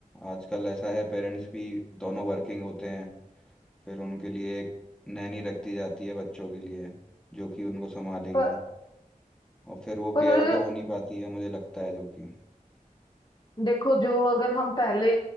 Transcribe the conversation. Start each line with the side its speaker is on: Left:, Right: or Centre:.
Centre: आजकल ऐसा है पेरेंट्स भी दोनों वर्किंग होते हैं फिर उनके लिए एक नैनी रख दी जाती है बच्चों के लिए जो कि उनको संभालेगी
Left: पर
Centre: और फिर वो
Left: पर
Centre: केयर तो हो नहीं पाती है मुझे लगता है जो कि
Left: देखो जो अगर हम पहले